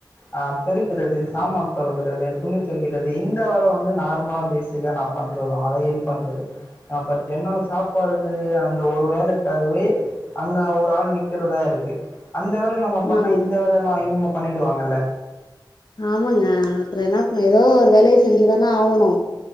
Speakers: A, on the left; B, on the left.
A: ஆ பெருக்கிறது சாமான் தொழகுறது துணி தொவக்கிறது இந்த வேல வந்து நார்மலா பேசிக்கா நா பண்றதுதா அத ஹெல்ப் பண்றது ஆ பட் என்னால சாப்பாடுன்றது அந்த ஒரு வேலைக்காகவே அங்க ஒரு ஆள் நிக்கிறதா இருக்கு அந்த வேல நம்ம பண்ணா
B: ஆமாங்க
A: இந்த வேல எல்லாம் இவுங்க பண்ணிடுவாங்கல்ல
B: ஆமாங்க அப்புறம் என்ன ஏதோ ஒரு வேலைய செஞ்சுதான ஆகணும்